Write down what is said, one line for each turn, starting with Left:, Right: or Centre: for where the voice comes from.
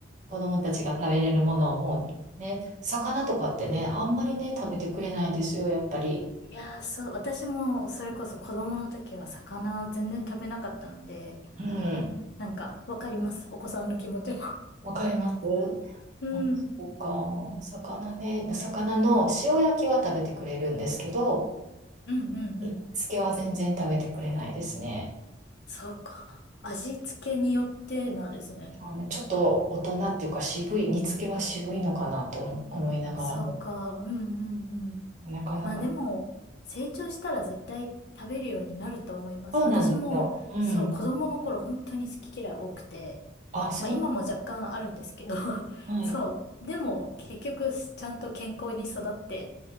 Right: 子供たちが食べれるものをもうね、魚とかってね、あんまりね、食べてくれないんですよ、やっぱり。
Left: いやー、そう、私もそれこそ子供の時は魚全然食べなかったので、
Right: うん。
Left: なんかわかります。お子さんの気持ちも。
Right: わかります
Left: うん、
Right: あ、
Left: うん、
Right: そうか。魚ね、魚の塩焼きは食べてくれるんですけど、
Left: うん、うん。
Right: 煮付けは全然食べてくれないですね。
Left: そうか。味付けによってなんですね。
Right: あのね、ちょっと大人っていうか渋い、煮付けは渋いのかなと思思いながらも、
Left: そうか。うん、うん、うん。
Right: なかなか。
Left: まあでも、成長したら絶対食べるようになると思います。
Right: そうなんですよ。
Left: 私も、
Right: うん。
Left: そう、子供の頃本当に好き嫌い多くて、
Right: あ、そう、
Left: まあ今も若干あるんですけど、<laughs>
Right: はい。
Left: そう。でも、結局、ちゃんと健康に育って